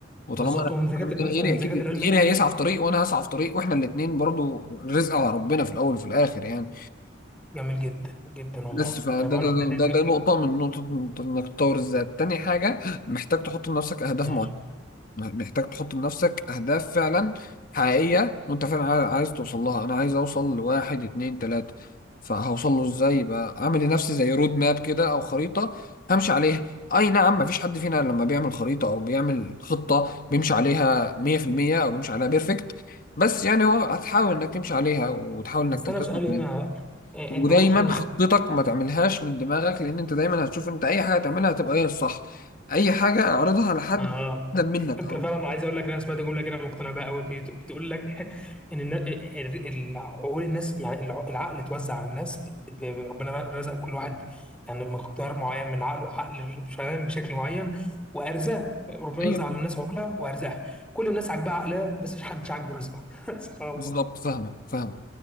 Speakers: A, on the left; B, in the centre.
A: وطالما
B: بالظبط
A: انا اديت
B: ومن ذكاء
A: العلم ده لغيري
B: ومن ذكاء
A: اكيد
B: العلم
A: غيري هيسعى في طريق وانا هسعى في طريق واحنا الاثنين برضو رزق على ربنا في الاول وفي الاخر يعني
B: جميل جدا جدا والله
A: بس فده
B: يعني معلومه
A: ده ده
B: هتعمل-
A: ده, ده نقطه من نقطه انك تطور الذات تاني حاجه محتاج تحط لنفسك اهداف
B: ماشي
A: معينه محتاج تحط لنفسك أهداف فعلا حقيقية وأنت فعلا عاي- عايز توصل لها أنا عايز أوصل لواحد اتنين تلاتة فهوصل له إزاي بقى أعمل لنفسي زي رود ماب كده أو خريطة همشي عليها أي نعم مفيش حد فينا لما بيعمل خريطة أو بيعمل خطة بيمشي عليها مية في المية أو بيمشي عليها بيرفكت بس يعني هو هتحاول إنك تمشي عليها وتحاول إنك
B: بس
A: تلتزم
B: انا سؤالي
A: عليها
B: هنا آه،
A: ودايما
B: انت تقصد ان
A: خطتك ما تعملهاش من دماغك لأن أنت دايما هتشوف أنت أي حاجة تعملها هتبقى هي الصح أي حاجة اعرضها على حد
B: اه
A: أقدم منك
B: انت فعلا عايز اقول لك انا سمعت جمله كده مقتنع بها قوي بت- بتقول لك <laughs> ان النا- ال- ال- عقول الناس يعني الع- العقل اتوزع على الناس بت- ب- ب- ربنا رزق كل واحد يعني مقدار معين من عقله عقل شغال بشكل معين وارزاق ربنا
A: ايوه
B: وزع على الناس عقولها وارزاقها كل الناس عاجبها عقلها بس مش حدش عاجبه رزقه <laughs> سبحان الله
A: بالظبط فاهمك فاهمك